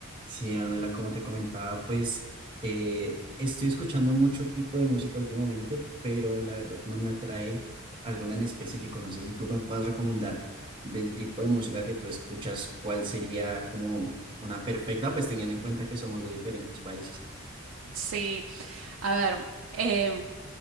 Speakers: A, on the right (about 20°); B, on the right (about 70°).
A: Sí, Manuela, como te comentaba, pues eh, estoy escuchando mucho tipo de música últimamente, pero la verdad no me atrae alguna en específico. No sé si tú me puedas recomendar del tipo de música que tú escuchas, cuál sería como una perfecta, pues teniendo en cuenta que somos de diferentes países.
B: Sí, a ver, em,